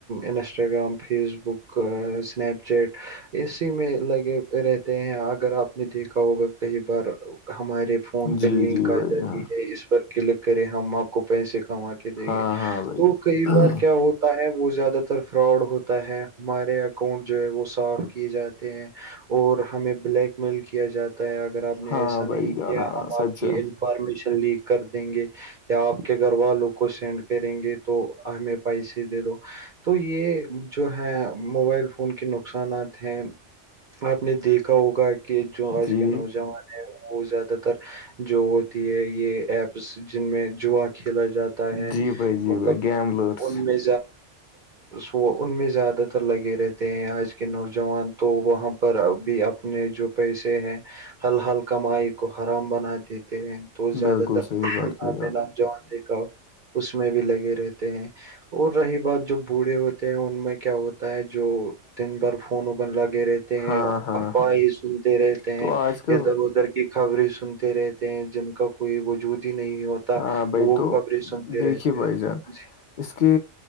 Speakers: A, on the right; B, on the left.
A: Instagram Facebook Snapchat اسی میں لگے رہتے ہیں اگر آپ نے دیکھا ہوگا کئی بار ہمارے فون
B: جی
A: پہ لنک
B: جی بھائی
A: آ جاتی
B: جان
A: ہے اس پر کلک کرے ہم آپ کو پیسے کما کے دیں
B: ہاں
A: گے
B: ہاں
A: تو کئی
B: بھائی
A: بار کیا ہوتا ہے وہ زیادہ فراڈ ہوتا ہے ہمارے اکاؤنٹ جو ہے وہ صاف کیے جاتے ہیں اور ہمیں بلیک میل کیا جاتا ہے اگر آپ نے
B: ہاں
A: ایسا
B: بھائی
A: نہیں
B: جان
A: کیا
B: ہاں
A: ہم
B: سچ
A: آپ کی
B: ہے
A: انفارمیشن لکھ کر دیں گے یا آپ کے گھر والوں کو سینڈ کریں گے تو ہمیں پیسے دے دو تو یہ جو ہے موبائل فون کے نقصانات ہیں آپ نے دیکھا ہوگا کہ جو آج
B: جی
A: کے نوجوان ہیں وہ زیادہ تر جو تی ہے یہ ایپس جن میں جوعا کھیلا جاتا ہے
B: جی بھائی جی
A: مطلب
B: بھائی گیملرس
A: ان میں ان میں زیادہ تر لگے رہتے ہیں آج کے نوجوان تو وہاں پر بھی ا اپنے جو پیسے ہیں ہل ہل کمائی کو حرام بنا دیتے ہیں تو زیادہ
B: بالکل
A: تر
B: صحیح بات کی
A: آپ نے نوجان دیکھا اس میں بھی لگے رہتے ہیں اور رہی بات جو بوڑھے ہوتے ہیں ان میں کیا ہوتا ہے جو دن بار فون اوبن لگے رہے تھ
B: ہاں ہاں
A: افواہ سنتے رہتے ہیں
B: تو آج کل
A: ادھر ادھر کی خبریں سنتے رہتے ہیں ان کا کوئی وجود ہی نہیں ہوتا
B: ہاں بھائی
A: وہ
B: تو
A: خبریں سنتے
B: دیکھیے
A: رہتے
B: بھائی
A: ہیں
B: جان
A: جی
B: اس کے